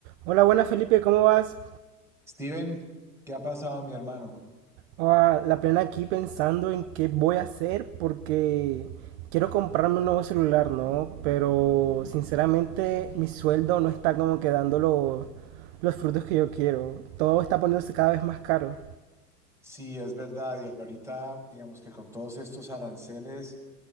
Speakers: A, on the right; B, in the centre.
A: Hola, buenas Felipe, ¿cómo vas?
B: Steven, ¿qué ha pasado, mi hermano?
A: Ah, la plena aquí pensando en qué voy a hacer porque quiero comprarme un nuevo celular, ¿no? Pero sinceramente mi sueldo no está como que dando lo- los frutos que yo quiero. Todo está poniéndose cada vez más caro.
B: Sí, es verdad, y ahorita, digamos que con todos estos aranceles